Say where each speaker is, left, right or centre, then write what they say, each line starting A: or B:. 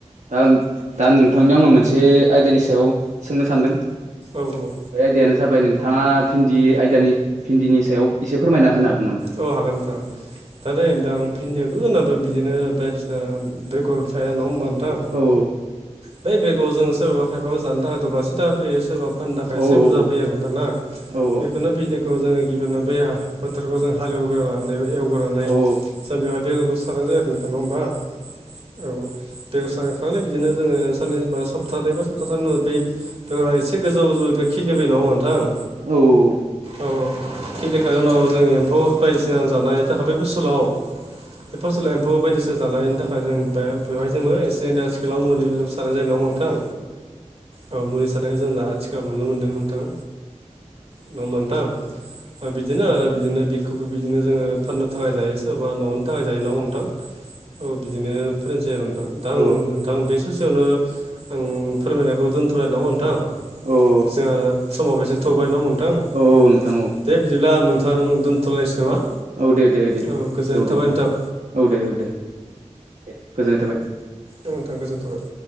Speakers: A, on the right (about 75°); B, on the right (about 55°).
A: दा दा नोंथांनियाव आङो मोनसे आयदानि सायाव सोंनो सानदों
B: औ औ।
A: बे आयदायानो जाबाय नोंथाङा भिन्दि आयदानि भिन्दिनि सायाव एसे फोरमायना होनो हागोन नामा?
B: औ हागोन नोथां दा दे नोंथां भिन्डिआबो जोंना बिदिनो बाय ओ बेगर थाया नङा होमबा नोंथां।
A: औ
B: बे बेगरजोंसो सोरबा खायफाबाबा जानो थाखाय दब्लायसे थाखा फोयो सोरबा फाननो थाखाय
A: औ
B: एसे बुरजा
A: औ
B: फैयो आरो नोंथां ना
A: औ
B: बेखौनो भिन्डिखौ जोङो गिबियावनो बे फोथोरखौ जों हालेवग्रोना लानानै एवग्रोनानै
A: औ
B: जों बेवहाय बेगरखौ सारनाय जायो आरो नोंथां नङा होमबा। औ। बेगर सारखांनानै बिदिनो जोङो साननैबा सप्तानै बा सप्ताथामनि उनाव बे बेगरा एसे गोजौ गोजौनिफ्राय खिलिबोयो नङा होमबा नोंथां?
A: औ।
B: औ खिलिखांनायनि उनाव जोंनि अ बायदिसिना जानायनि थाखाय बे फोसोलाव बे फोसलाव एम्फौ बायदिसिना जानायनि थाख ओ जों बे बेवहाय जोंबो एसे एनै आथिखालाव मुलि सानाय जायो नङा होमबा नोंथां? औ मुलि सारानायखौ जों दा आथिखालाव नुनो मोनदों नोंथां। न' होमबा नोंथां ओमफ्राय बिदिनो आरो बिदिनो खौबो बिदिनो जोङो फाननो थाखाय जायो सोरबा न'नि थाखाय जायो नङा होमबा नोंथां? बिदिनो फोनाय जायो आरो नोंथां दा आं
A: औ
B: नोंथां आं बे ससेयावनो आं फोरमायनायखौ दोनथ'बाय नङा नोंथां
A: औ
B: जोंहा समाव एसे थौबाय न' होमबा नोंथां।
A: औ औ नोंथां औ।
B: दे बिदिब्ला नोंथां दोन्थ'लायनोसै नामा?
A: औ दे दे दे
B: औ गोजोननाय
A: दौ
B: थाबाय
A: दौ
B: नोंथां
A: औ दे औ दे दे गोजोननाय थाबाय।
B: नोंथों गोजोन थाबाय।